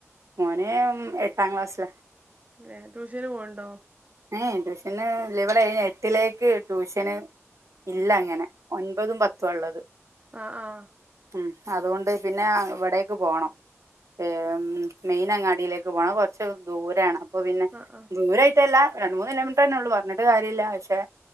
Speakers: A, on the right; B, on the right.
A: മോന് ഉം എട്ടാം ക്ലാസ്സില.
B: ഏഹ് ട്യൂഷന് പോവ്ണ്ടോ?
A: ഏഹ്, യ് ട്യൂഷൻന്ന്ല ഇവിടെ അയ്ന് എട്ടിലേക്ക് ട്യൂഷന് ഇല്ല അങ്ങനെ, ഒൻപതും പത്തുവാള്ളത്.
B: ആഹ് ആഹ്
A: ഉം, അതുകൊണ്ട് പിന്നെ ഇവിടേക്ക് പോണം. ഏഹ് ഉം മെയിൻ അങ്ങാടിയിലേക്ക് പോണ. അത് കൊറച്ച് ദൂരാണ്. അപ്പ പിന്നെ,
B: ആഹ്
A: ദൂരായിട്ടല്ല. രണ്ട് മൂന്ന് കിലോമീറ്റർ തന്നെ ഉള്ളൂ. പറഞ്ഞിട്ട് കാര്യല്ല പക്ഷേ